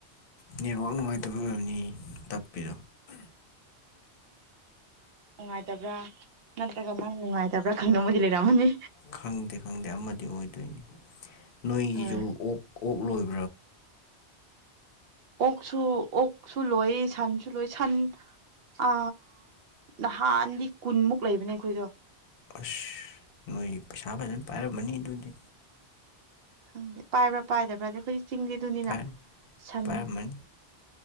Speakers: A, on the left; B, on the right.
A: ꯅꯦꯠꯋꯥꯛ ꯅꯨꯡꯉꯥꯏꯇꯕ ꯑꯣꯏꯕꯅꯤ ꯇꯥꯛꯄꯤꯔꯣ
B: ꯅꯨꯡꯉꯥꯏꯇꯕ꯭ꯔꯥ ꯅꯠꯇ꯭ꯔꯒ ꯅꯪꯅ ꯅꯨꯡꯉꯥꯏꯇꯕ꯭ꯔꯥ ꯈꯪꯗ ꯃꯣꯏꯗꯤ ꯂꯩꯔꯝꯃꯅꯤ
A: ꯈꯪꯗꯦ ꯈꯪꯗꯦ ꯑꯃꯗꯤ ꯑꯣꯏꯗꯣꯏꯅꯤ ꯅꯣꯏꯒꯤꯁꯨ
B: ꯍꯣꯏ
A: ꯑꯣꯛ ꯑꯣꯛ ꯂꯣꯏꯕ
B: ꯑꯣꯛꯁꯨ ꯑꯣꯛꯁꯨ ꯂꯣꯏ ꯁꯟꯁꯨ ꯂꯣꯏ ꯁꯟ ꯑ ꯅꯍꯥꯟꯗꯤ ꯀꯨꯟꯃꯨꯛ ꯂꯩꯕꯅꯦ ꯑꯩꯈꯣꯏꯗꯣ
A: ꯑꯁ ꯅꯣꯏ ꯄꯩꯁꯥ ꯐꯖꯅ ꯄꯥꯏꯔꯝꯃꯅꯤ ꯑꯗꯨꯗꯤ
B: ꯈꯪꯗꯦ ꯄꯥꯏꯕ꯭ꯔꯥ ꯄꯥꯏꯗꯕ꯭ꯔꯥꯗ ꯑꯩꯈꯣꯏꯗꯤ ꯆꯤꯡꯗꯦꯗꯨꯅꯤꯅ
A: ꯄꯥꯏꯔꯝ
B: ꯁꯟ
A: ꯄꯥꯏꯔꯝꯃꯅꯤ